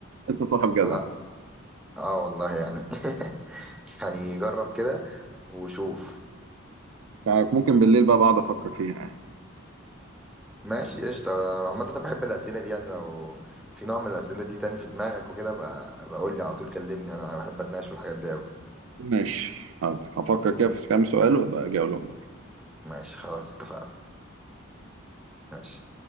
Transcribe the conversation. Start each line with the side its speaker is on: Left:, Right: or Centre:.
Right: انت صاحب جدع
Centre: فلا اه والله يعني <laughs> يعني جرب كده وشوف
Right: فممكن بالليل بقى بقعد افكر فيها يعني
Centre: ماشي قشطة أنا عامة بحب الأسئلة دي يعني لو في نوع من الأسئلة دي تاني في دماغك وكده بقى بقول لي على طول كلمني أنا بحب أتناقش في الحاجات دي أوي
Right: ماشي حاضر هفكر كده في كام سؤال وابقى اجي اقولهم
Centre: ماشي خلاص اتفقنا ماشي